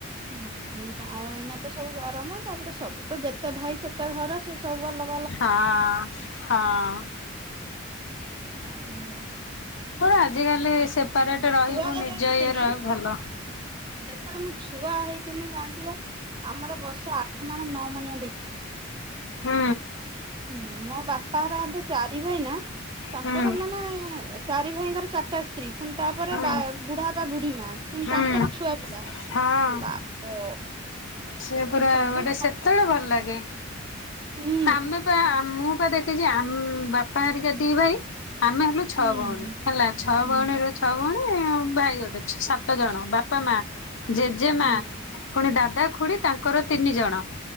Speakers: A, on the right (about 25°); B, on the left (about 65°).
A: ହୁଁ ଆମର ଏଇନା ତ ସବୁ ଗରମ। ତାପରେ ସବୁ ତ ଯେତେ ଭାଇ ସେତେ ଘର ସେ ସବୁ ଅଲ
B: ହଁ ହଁ।
A: ହ।
B: ଆଜିକାଲି ସେପାରେଟ ରହିବ
A: ଛୁଆ ଯେତେବେଳେ
B: ନିଜ
A: ହେଇଥିନି
B: ଇଏ ରହିବ ଭଲ।
A: ଯେତେବେଳେ ମୁଁ ଛୁଆ ହେଇଥିଲି ଜାଣିଛିବା ଆମର ବସେ ଆଠ, ନଅ ମାଣିଆ ଡେକ୍ଚି।
B: ହୁଁ।
A: ହୁଁ, ମୋ ବାପାହେରା ହେଲେ ଚାରି ଭାଇ ନା। ତାଙ୍କର
B: ହୁଁ
A: ମାନେ ଚାରି ଭାଇଙ୍କର ଚାରିଟା ସ୍ତ୍ରୀ। ପୁଣି ତାପରେ
B: ହୁଁ
A: ବା ବୁଢା ବା ବୁଢୀ ମା ପୁଣି
B: ହୁଁ
A: ତାଙ୍କ ତାଙ୍କର ଛୁଆ ପିଲା,
B: ହଁ।
A: ବାପ।
B: ସେ ପୁରା
A: ସବୁ
B: ଗୋଟେ
A: ଖା
B: ସେତେବେଳେ ଭଲ ଲାଗେ।
A: ହୁଁ
B: ଆମେ ପା ମୁଁ ପା ଦେଖିଛି ଆମ୍ ବାପା ହେରିକା ଦି ଭାଇ। ଆମେ ହେଲୁ ଛଅ
A: ହୁଁ
B: ଭଉଣୀ ହେଲା। ଛଅ
A: ହୁଁ
B: ଭଉଣୀ ରୁ ଛଅ ଭଉଣୀ ଭାଇ ଗୋଟେ ସାତ ଜଣ। ବାପା, ମା, ଜେଜେମା
A: ହୁଁ
B: ପୁଣି ଦାଦା, ଖୁଡି ତାଙ୍କର ତିନି ଜଣ।